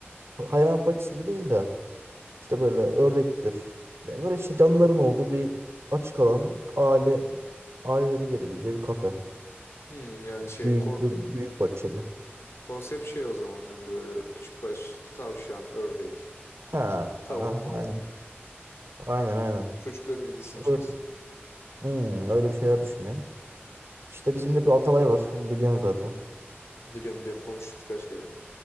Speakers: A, on the right (about 70°); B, on the left (about 85°).
A: hayvanat bahçesi gibi değil de işte böyle ördektir. Yani böyle işte canlıların olduğu bir açık alan aile ailelerin gelebileceği bir kafe.
B: Hmm, yani şey
A: Büyük
B: ko-
A: bir büyük bahçeli.
B: konsept şey o zaman hani böyle küçük baş tavşan, ördek,
A: Ha,
B: tavuk,
A: ha,
B: mavuk.
A: aynen. Aynen aynen.
B: Çocukların ilgisini
A: İşte
B: çeksin.
A: böyle, hmm, öyle bir şeyler düşünüyor. İşte bizim de bir Atalay var. Onu biliyorum zaten.
B: Biliyorum biliyorum konuştuk kaç kere.